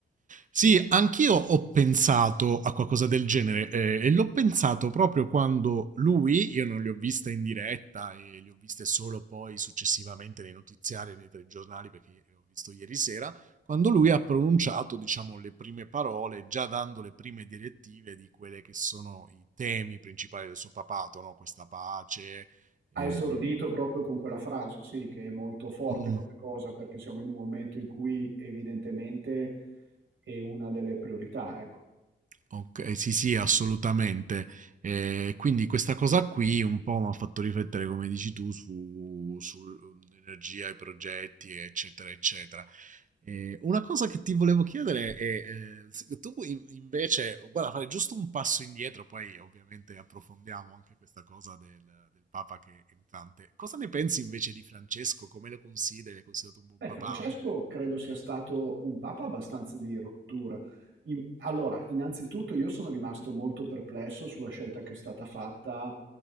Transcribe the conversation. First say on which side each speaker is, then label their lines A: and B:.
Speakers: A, on the right; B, on the right.
A: Sì, anch'io ho pensato a qualcosa del genere eh, e l'ho pensato proprio quando lui, io non li ho viste in diretta e li ho viste solo poi successivamente nei notiziari e nei telegiornali perché li ho visto ieri sera, quando lui ha pronunciato, diciamo, le prime parole, già dando le prime direttive di quelle che sono i temi principali del suo papato, no? Questa pace.
B: Ha
A: eh,
B: esordito proprio con quella frase, sì, che è molto forte
A: mm.
B: come cosa, perché siamo in un momento in cui evidentemente è una delle priorità, ecco.
A: Ok, eh, sì, sì, assolutamente. Eh, quindi questa cosa qui un po' mi ha fatto riflettere, come dici tu, su, sull'energia, i progetti, eccetera, eccetera. Eh, una cosa che ti volevo chiedere è, eh, se tu in- invece, guarda, fare giusto un passo indietro, poi ovviamente approfondiamo anche questa cosa del, del Papa che è entrante. Cosa ne pensi invece di Francesco? Come lo consideri? L'hai considerato un buon
B: Beh,
A: papato?
B: Francesco credo sia stato un papa abbastanza di rottura. In- allora, innanzitutto io sono rimasto molto perplesso sulla scelta che è stata fatta